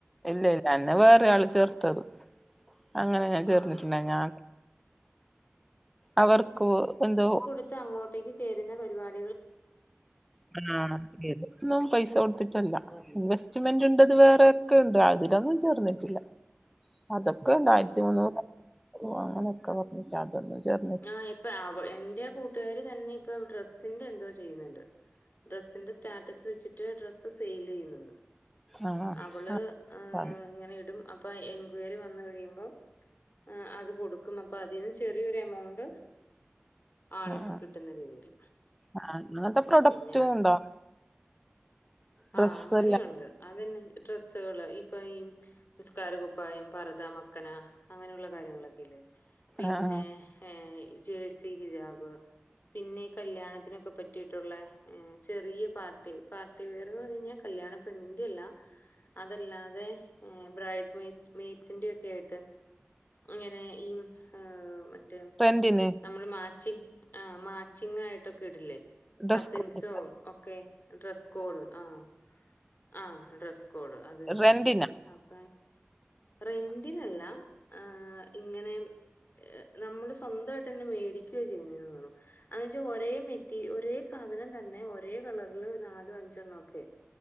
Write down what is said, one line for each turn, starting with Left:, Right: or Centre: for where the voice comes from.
Centre: ഇല്ല ഇല്ല എന്നെ വേറെ ആള് ചേർത്തത് അങ്ങനെ ഞാൻ ചേർന്നിട്ടുണ്ട
Left: ആഹ്
Centre: ഞാ അവർക്കോ എന്തോ
Left: ത്ത് അങ്ങോട്ടേക്ക് ചേരുന്ന പരിപാട്
Centre: <unintelligible> ഇതൊന്നും പൈസ കൊടുത്തിട്ടല്ല ഇൻവെസ്റ്റ്മെന്റ് ഉണ്ട്ത് വേറെക്കെ ഉണ്ട് അതിലൊന്നും ചേർന്നിട്ടില്ല. അതൊക്കെ രണ്ടായിരത്തി
Left: ഉം
Centre: മുന്നൂറ് അങ്ങനൊക്കെ പറഞ്ഞിട്ട് അതൊന്നും ചേർ
Left: ആഹ് ഇപ്പ അവ എന്റെ ആ കൂട്ടുകാര് തന്നെ ഇപ്പൊ ഡ്രസ്സിന്റെ എന്തോ ചെയ്യുന്നുണ്ട്. ഡ്രസ്സിന്റെ സ്റ്റാറ്റസ് വെച്ചിട്ട് ഡ്രസ്സ് സെയിൽ ചെയ്യുന്നത്.
Centre: ആ
Left: അവള് അഹ്
Centre: ആഹ്
Left: ഇങ്ങനെ ഇടും അപ്പൊ എൻക്വയറി വന്നു കഴിയുമ്പോ ആഹ് അത് കൊടുക്കും അപ്പൊ അതിന്ന് ചെറിയൊരു എമൗണ്ട് ആൾക്ക്
Centre: ആഹ്
Left: കിട്ടുന്ന രീതിയിൽ
Centre: ആഹ് അങ്ങനത്തെ പ്രൊഡക്റ്റും
Left: പിന്നെ
Centre: ഉണ്ടോ ഡ്രസ്സ്
Left: ആഹ് അങ്ങനെയുണ്ട്
Centre: എല്ലാം
Left: അതിന്ന് ഡ്രെസ്സുകള് ഇപ്പൊ ഈ നിസ്കാര കുപ്പായം, പർത, മക്കന അങ്ങനെയുള്ള കാര്യങ്ങളൊക്കെല്ലേ പിന്നെ
Centre: ആഹ് ആഹ്
Left: ഏഹ് ജേഴ്സി ഹിജാബ് പിന്നെ ഈ കല്യാണത്തിനൊക്കെ പറ്റിയിട്ടുള്ളെ മ് ചെറിയ പാർട്ടി പാർട്ടിവെയർ എന്ന് പറഞ്ഞ് കഴിഞ്ഞാൽ കല്യാണ പെണ്ണിൻന്റെയല്ലാ അതല്ലാതെ ബ്രൈഡ് മീസ് മീഡ്സിന്റെ ഒക്കെ ആയിട്ട് അങ്ങനെ ഈ അ മറ്റേ
Centre: റെന്റിന്
Left: നമ്മള് മാച്ചിങ് ആഹ് മാച്ചിങ് ആയിട്ടൊക്കെ ഇടില്ലേ
Centre: ഡ്രസ്
Left: കസിൻസും
Centre: കോഡ്
Left: ഒക്കെ ഡ്രസ്സ് കോഡ് ആഹ് ആഹ് ഡ്രസ് കോഡ് അതന്നെ
Centre: റെന്റിനാ
Left: അപ്പൊ റെന്റിനല്ല ആഹ് ഇങ്ങനെ നമ്മള് സ്വന്തമായിട്ടന്നെ മേടിക്കുവാചെയ്യുന്നെന്നു തോന്നുന്നു എന്നുവെച്ചാ ഒരേ മെറ്റി ഒരേ സാധനം തന്നെ ഒരേ കളറില് നാലോ അഞ്ചണ്ണം ഒക്കെ